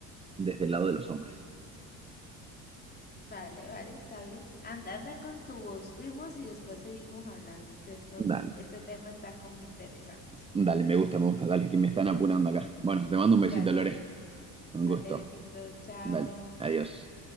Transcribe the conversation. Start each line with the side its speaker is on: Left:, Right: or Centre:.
Right: desde el lado de los hombres.
Left: Vale, vale, está bien. Anda, anda con tu voz, primos, y después seguimos hablando, que esto,
Right: Dale,
Left: es- este tema está como interesante.
Right: dale, me gusta, me gusta, dale, que me están apurando acá. Bueno, te mando un besito,
Left: Vale.
Right: Lore. Un
Left: Vale,
Right: gusto.
Left: besito, chao.
Right: Dale, adiós.